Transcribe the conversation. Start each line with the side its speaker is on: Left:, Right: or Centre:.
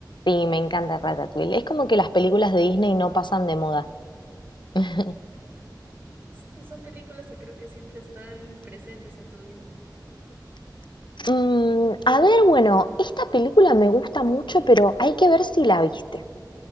Left: Sí, me encanta Ratatouille. Es como que las películas de Disney no pasan de moda. <laughs>
Right: Sí, son películas que creo que siempre están presentes en tu vida.
Left: Mm, a ver, bueno, esta película me gusta mucho, pero hay que ver si la viste.